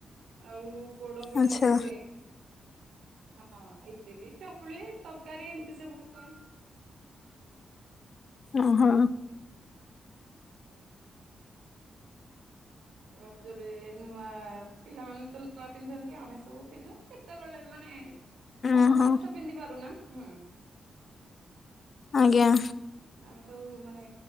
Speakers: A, on the right; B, on the left.
A: ଆଉ ପୋଡ ପିଠା
B: ଆଚ୍ଛା
A: ବି ହୁଏ। ହଁ ଇଥିଲି ଚକୁଳି ତରକାରୀ ଏମିତି ସବୁ ହୁଏ।
B: ଓ ହୋ
A: <inaudible> ରଜରେ ନୂଆ ପିଲାମାନେ ତ ନୂଆ ପିନ୍ଧନ୍ତି ଆମେ ସବୁ ପିନ୍ଧୁ କେତେବେଳେ ମାନେ ସବୁ
B: ଓହୋ
A: ବର୍ଷ ପିନ୍ଧି ପାରୁନା। ହୁଁ
B: ଆଜ୍ଞା
A: ଆମେ ସବୁ ମାନେ